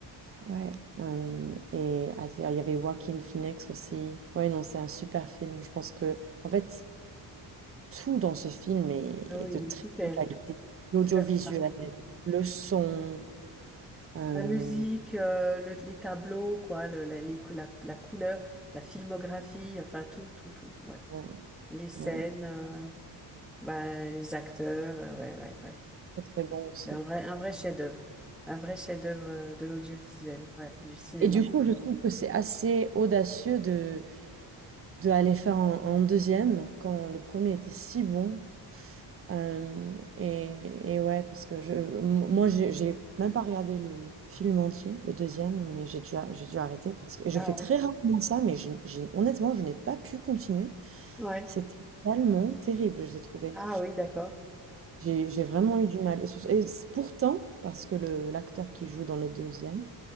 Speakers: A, on the right (about 30°); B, in the centre.
A: Ouais, euh, et ah, c'est- ah, il y avait Joaquin Phoenix aussi. Ouais, non, c'est un super film. Je pense que, en fait, tout dans ce film est,
B: Ah Oui,
A: est de
B: oui,
A: très
B: tout est
A: bonne qualité. L'audiovisuel,
B: fait remarquer, oui.
A: le son, euh,
B: La musique, euh, le- les tableaux, quoi, le- la, les cou- la, la couleur, la filmographie, enfin tout, tout, tout, ouais.
A: ouais,
B: Les scènes,
A: ouais,
B: euh, ben, les acteurs, euh, ouais, ouais, ouais.
A: très très bon aussi.
B: C'est un vrai, un vrai chef-d'œuvre, un vrai chef-d'œuvre euh, de l'audiovisuel, ouais, du cinéma.
A: Et du coup, je trouve que c'est assez audacieux de, de aller faire un, un deuxième quand le premier était si bon. Euh, et, et ouais, parce que je, m- moi, j'ai j'ai même pas regardé le film entier, le deuxième, mais j'ai dû, a- j'ai dû arrêter parce que et je
B: Ah
A: fais très
B: ouais.
A: rarement ça, mais je- j'ai- honnêtement, je n'ai pas pu continuer.
B: Ouais.
A: C'était tellement terrible, je l'ai trouvé.
B: Ah oui, d'accord.
A: J'ai j'ai vraiment eu du mal. Et, sur- et c- pourtant, parce que le l'acteur qui joue dans le deuxième